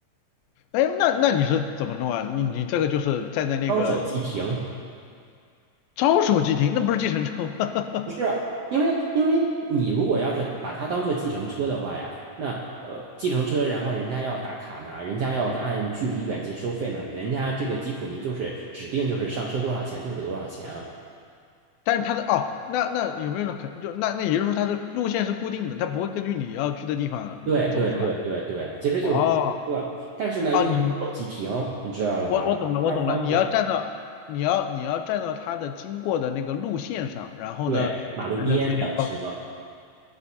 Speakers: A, on the left; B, on the right.
A: 哎，那那你是怎么弄啊？你你这个就是站在那个
B: 招手即停。
A: 招手即停，那不是计程车吗？
B: 不是，
A: <laughs>
B: 因为因为你如果要是把它当做计程车的话呀，那呃，计程车，然后人家要打卡呢，人家要按距离远近收费呢，人家这个吉普尼就是指定就是上车多少钱就是多少钱啊。
A: 但是它的哦，那那有没有可能就那那也就是说它的路线是固定的，它不会根据你要去的地方走是吧？
B: 对对对对对，其实就是对，
A: 哦
B: 但是呢又是双手机停，
A: 哦，你
B: 你知道了吧？
A: 我我懂了，
B: 非常方便。
A: 我懂了。你要站到，你要你要站到他的经过的那个路线上，然后呢，
B: 对，马路边等车。
A: 你才能出现超